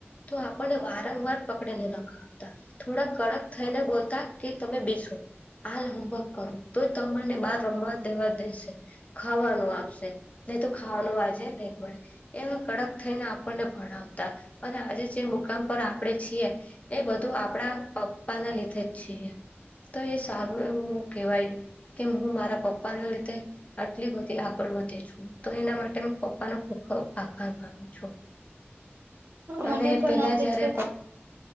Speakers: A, on the left; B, on the right.
A: તો પણ વારંવાર પકડીને લખાવતા થોડા કડક થઈને બોલતા કે તમે બેસો હાલ હોમવર્ક કરું તો તમને બહાર રમવા દેવા દેશે ખાવાનું આપશે નહી તો ખાવાનું આજે નહી મળે એ કડક થઈને આપણને ભણાવતા અને આજે જે પર આપણેે છીએ એ બધું આપડા પપ્પાને લીધે જ છીએ તો એ સારું એવું કેહેવાય કે હું મારા પપ્પાને લીધે આટલી બધી આગળ વધે છું તો એના માટે પપ્પાનો ખૂબ ખબ આભાર માનું છું <inaudible>
B: હા મને પણ
A: પેલા
B: લાગે
A: જયારે
B: છે